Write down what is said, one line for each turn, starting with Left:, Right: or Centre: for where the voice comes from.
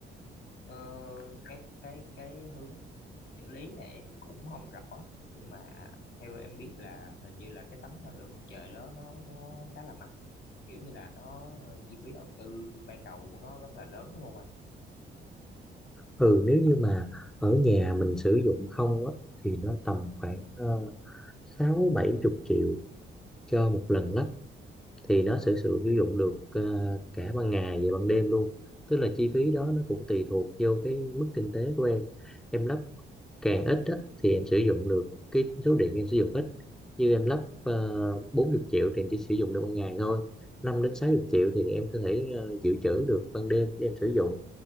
Left: Ờ, cái cái cái hướng xử lý là em cũng không rõ nhưng mà theo em biết là hình như là cái tấm năng lượng mặt trời đó nó nó khá là mắc kiểu như là nó ờ, chi phí đầu tư ban đầu của nó rất là lớn đúng không anh
Centre: ừ nếu như mà ở nhà mình sử dụng không á thì nó tầm khoảng ờ, sáu bảy chục triệu cho một lần lắp thì nó sẽ sử sử dụng được ờ, cả ban ngày và ban đêm luôn tức là chi phí đó nó cũng tùy thuộc vô cái mức kinh tế của em em lắp càng ít á, thì em sử dụng được cái số điện em sử dụng ít như em lắp uh, 40 triệu thì em chỉ sử dụng được ban ngày thôi Năm đến 60 triệu thì em có thể ờ, dự trữ được ban đêm để em sử dụng